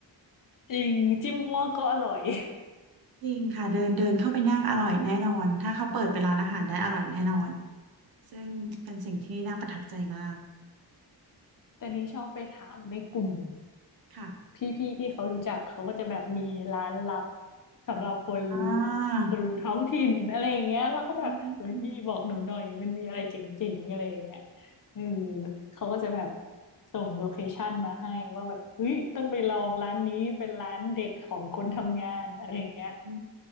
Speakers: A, on the left (about 50°); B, on the right (about 60°).
A: จริงจิ้มมั่วก็อร่อย <laughs>
B: ๆจริงค่ะเดินเดินเข้าไปนั่งอร่อยแน่นอนถ้าเขาเปิดเป็นร้านอาหารได้อร่อยแน่นอนซึ่งเป็นสิ่งที่น่าประทับใจมาก
A: แต่นี่ชอบไปถามในกลุ่ม
B: ค่ะ
A: พี่ๆที่เขารู้จักเขาก็จะแบบมีร้านลับสำหรับคน
B: อ่า
A: คนท้องถิ่นอะไรอย่างเงี้ยเราก็จะแบบเฮ้ยพี่บอกหนูหน่อยมันมีอะไรเจ๋งๆอะไรอย่างเงี้ย
B: อืม
A: เออเขาก็จะแบบส่งโลเคชั่นมาให้ว่าแบบเฮ้ยต้องไปลองร้านนี้เป็นร้านเด็ดของคนทำงานอะไรอย่างเงี้ย
B: อื